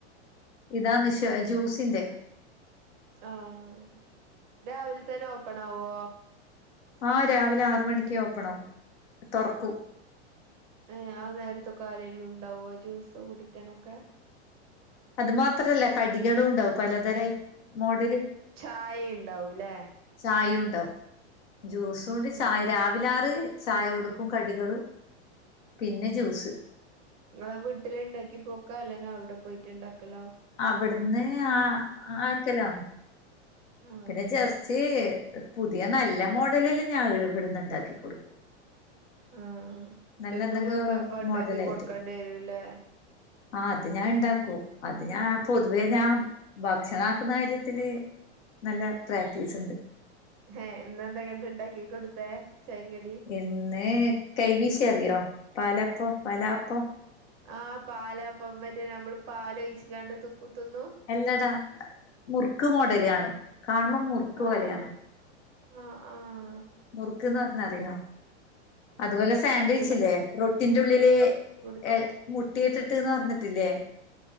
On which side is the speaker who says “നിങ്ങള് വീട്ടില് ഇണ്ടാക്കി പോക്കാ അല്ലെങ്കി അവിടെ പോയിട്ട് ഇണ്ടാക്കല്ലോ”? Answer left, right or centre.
Right